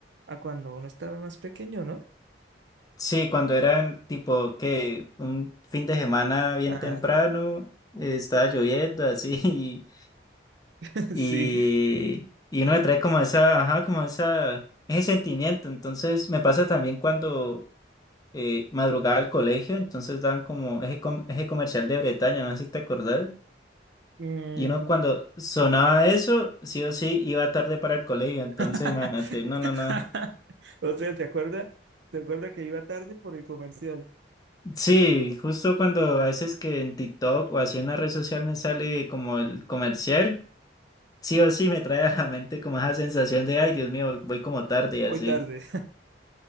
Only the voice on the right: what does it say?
a cuando uno estaba más pequeño, ¿no?
Ah,
<laughs>
sí.
Mm.
<laughs>
O sea, ¿te acuerdas? ¿Te acuerdas que iba tarde por el comercial?
Voy
tarde.